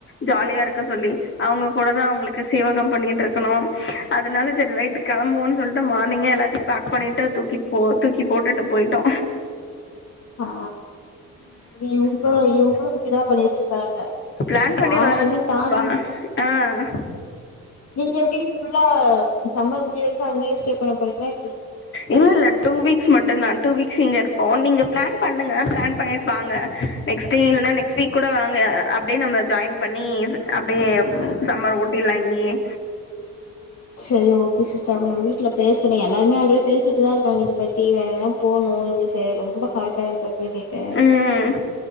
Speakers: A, on the left (about 40°); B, on the left (about 55°).
A: ஜாலியா இருக்க சொல்லி அவங்க கூட தா அவங்களுக்கு சேவகம் பண்ணிட்டு இருக்கணு அதனால சரி ரைட் கிளம்புவோ சொல்லிட்டு மார்னிங்க எல்லாத்தையு பேக் பண்ணிட்டு தூக்கிட் தூக்கி போட்டுட்டு போயிட் ட்டோ
B: ஆ இவங்க இவங்கலு <unintelligible> ங்க
A: பிளான் பண்ணி
B: யாரலையுமே
A: வர்றது
B: தாங்க
A: வா
B: <inaudible>
A: ஆ
B: நீங்க எப்படி ஃபுல்லா சம்மர் முடிய வரைக்கு அங்கேயே ஸ்டே பண்ண போறீங்களா எப்டி
A: இல்ல இல்ல டூ வீக்ஸ் மட்டுந்தா டூ வீக்ஸ் இங்க இருப்போ நீங்க பிளான் பண்ணுங்க பிளான் பண்ணிட்டு வாங்க நெக்ஸ்ட் டே இல்லனா நெக்ஸ்ட் வீக் கூட வாங்க அப்டியே நம்ம ஜாயின் பண்ணி அப்படியே சம்மர் ஓட்டிலா இங்கியே
B: சரி ஓகே சிஸ்டர் நா வீட்ல பெ <inaudible> ச எல்லாருமே ஆல்ரெடி பேசிட்டுதா இருக்கங்க இத பத்தி வேற எங்கனா போனு எங்க சார் ரொம்ப ஹாட்டா இருக்கு அப்டின்னுட்டு
A: ம்